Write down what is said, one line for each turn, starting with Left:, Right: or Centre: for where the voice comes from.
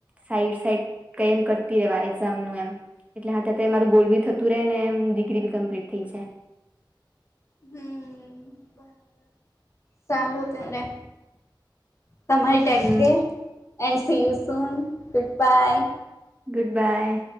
Right: સાઈડ સાઈડ કઈ એમ કરતી રેવા એક્ઝામ નું એમ એટલે હાથે હાથે મારું ગોલ બી થતું રહે ને ડિગ્રી બી કમ્પ્લીટ થઈ જાય
Left: હમ બરાબર ચાલો ત્યારે તમારી ટીક
Right: હમ
Left: કેર સેયું સુન ગુડ બાય
Right: ગુડ બાય